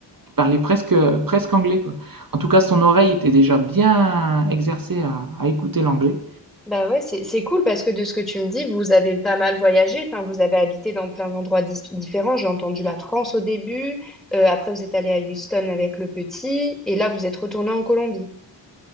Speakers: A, on the right; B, in the centre.
A: il parlait presque, presque anglais, quoi. En tout cas, son oreille était déjà bien exercée à, à écouter l'anglais.
B: Bah ouais, c'est c'est cool parce que de ce que tu me dis, vous avez pas mal voyagé, enfin vous avez habité dans plein d'endroits dis- différents. J'ai entendu la France au début, euh, après vous êtes allé à Houston avec le petit, et là vous êtes retourné en Colombie.